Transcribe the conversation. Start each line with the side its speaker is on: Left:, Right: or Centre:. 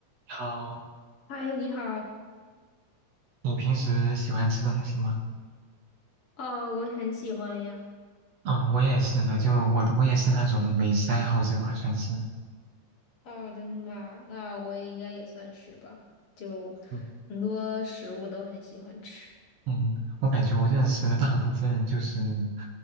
Right: 好，
Left: 嗨，你好，
Right: 你平时喜欢吃东西吗？
Left: 哦，我很喜欢呀。
Right: 啊、我也是呢，就我我也是那种美食爱好者吧，算是。
Left: 哦，真的吗？那我也应该也算是吧，就
Right: 嗯，
Left: 很多食物都很喜欢吃。
Right: 嗯我感觉我认识的大部分就是